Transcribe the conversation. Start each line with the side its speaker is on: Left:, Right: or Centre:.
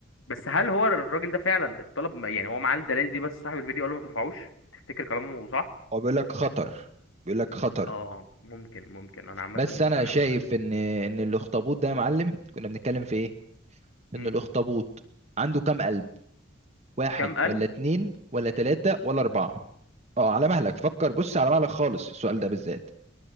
Left: بس هل هو الراجل ده فعلا اتطلب يعني هو معاه الدلائل دي بس صاحب الفيديو قال له ما ترفعوش تفتكر كلامه صح؟
Right: هو بيقول لك خطر بيقول لك خطر
Left: اه ممكن ممكن انا عامة
Right: بس
Left: مقتنع
Right: انا شايف
Left: بالراجل ده
Right: ان ان الاخطبوط ده يا معلم كنا بنتكلم في ايه ان
Left: مم.
Right: الاخطبوط عنده كام قلب واحد
Left: كام قلب؟
Right: ولا اتنين ولا تلاتة ولا اربعة اه على مهلك فكر بص على مهلك خالص في السؤال ده بالذات